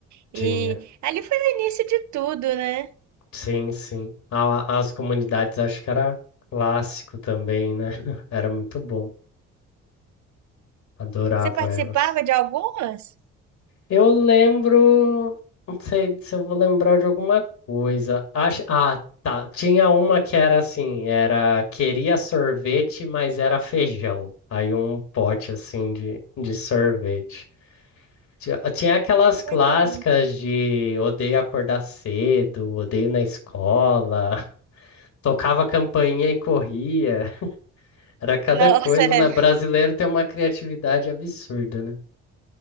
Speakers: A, on the right (about 70°); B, on the left (about 65°).
A: e
B: Tinha.
A: ali foi o início de tudo, né?
B: Sim, sim. A- as comunidades acho que era clássico também, né? <laughs> Era muito bom. Adorava
A: Você participava
B: elas.
A: de algumas?
B: Eu lembro, não sei se eu vou lembrar de alguma coisa. Acho, ah, tá. Tinha uma que era assim, era queria sorvete, mas era feijão. Aí um pote assim de, de sorvete. Tinha, tinha aquelas clássicas
A: Muito bom.
B: de odeio acordar cedo, odeio na escola, <laughs> tocava campainha e corria. Era cada
A: Nossa,
B: coisa,
A: <laughs>
B: né?
A: é.
B: Brasileiro tem uma criatividade absurda, né?